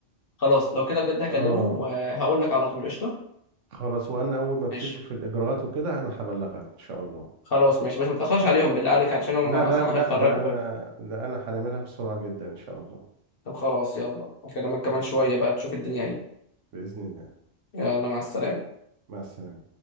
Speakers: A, on the left; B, on the right.
A: خلاص لو كده بجد هكلمهم
B: اه
A: وهقول لك على طول قشطة
B: خلاص وانا اول ما
A: ماشي
B: ابتدي في الاجراءات وكده انا هبلغك ان شاء الله
A: خلاص ماشي بس متأخرش عليهم بالله عليك علشان هم
B: لا
A: أصلا
B: لا لا
A: هيتخرجوا
B: ده انا
A: برضه
B: ده انا هنعملها بسرعة جدا ان شاء الله
A: طب خلاص يلا أكلمك كمان
B: نت-
A: شوية بقى تشوف الدنيا إيه
B: بإذن الله
A: يلا مع السلامة
B: مع السلامة